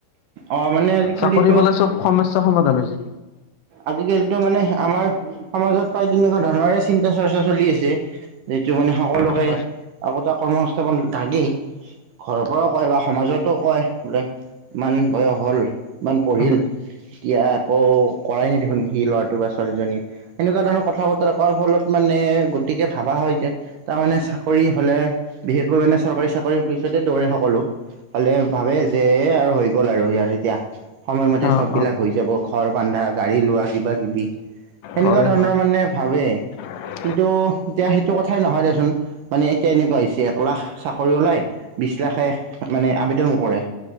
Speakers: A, on the right; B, on the left.
A: অ', মানে আজিকালিতো
B: চাকৰি পালে চব সমস্যা সমাধান হৈ যাই নেকি
A: আজিকালিতো মানে আমাৰ সমাজত প্ৰায় তেনেকুৱা ধৰণৰে চিন্তা -চৰ্চা চলি আছে য মানে সকলোকে
B: হয়।
A: আগতে কৰ্ম সংস্থাপন থাকি ঘৰৰ পৰাও কয় বা সমাজত কয় বোলে ইমান বয়স হ'ল ইমান পঢ়িল
B: হয়
A: এতিয়া আকৌ কৰাই দেখোন সি লৰাটো বা ছোৱালীজনী এনেকুৱা ধৰণৰ কথা বতৰা কৰোৱাৰ ফলত। মানে, গতিকে ভাবা হয় যে তাৰমানে চাকৰি হ'লে বিশেষকৈ মানে চৰকাৰী চাকৰি পইচা তাতে দৌৰে সকলো হ'লে ভাবে যে আৰু হৈ গ'ল আৰু এতিয়া সময়মতে
B: অ
A: চ'ব বিলাক
B: অ
A: হৈ যাব ঘৰৰ বন্ধা গাড়ী লোৱা কিবা কিবি সেনেকুৱা
B: হয়
A: ধৰণৰ
B: হয়
A: মানে ভাবে।
B: <unintelligible>
A: কিন্তু, এতিয়া সেইটো কথাই নহয় দেচোন মানে, এতিয়া এনেকুৱা হৈছে এক লাখ চাকৰি ওলাই বিশ একলাখে মানে আবেদনো কৰে।